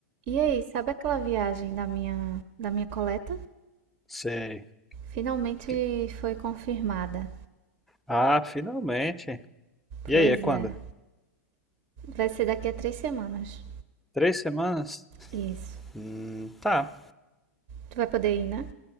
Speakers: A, on the right (about 55°); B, in the centre.
A: E aí, sabe aquela viagem da minha da minha coleta?
B: Sei.
A: Finalmente
B: Que-
A: foi confirmada.
B: Ah, finalmente. E
A: Pois
B: aí, é quando?
A: é, vai ser daqui a três semanas.
B: Três semanas?
A: Isso.
B: Hum, tá.
A: Tu vai poder ir, né?